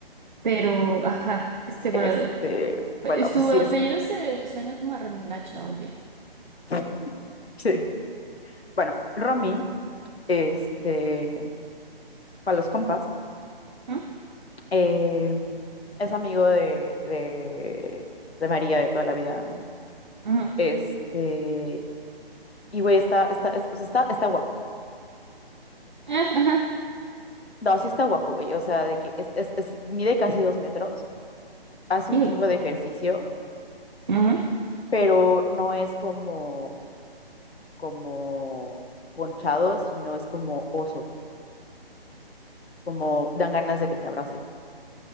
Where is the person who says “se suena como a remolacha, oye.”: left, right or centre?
Right